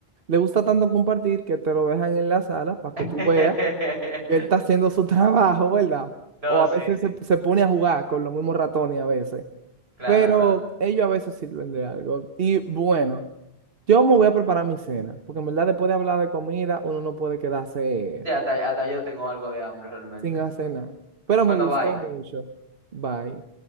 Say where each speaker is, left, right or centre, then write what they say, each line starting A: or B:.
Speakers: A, on the right; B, on the right.
A: le gusta tanto compartir que te lo dejan en la sala para que
B: <laughs>
A: tú veas que él está haciendo su <laughs> trabajo, ¿verdad?
B: No,
A: O a
B: sí,
A: veces
B: sí.
A: se, se pone a jugar con los mismos ratones a veces.
B: Claro,
A: Pero
B: claro.
A: ellos a veces sirven de algo. Y bueno, yo me voy a preparar mi cena, porque en verdad después de hablar de comida, uno no puede quedarse
B: Sí, hasta, hasta yo tengo algo de hambre realmente.
A: sin hacer nada. Pero
B: Bueno,
A: me gustó
B: bye.
A: mucho. Bye.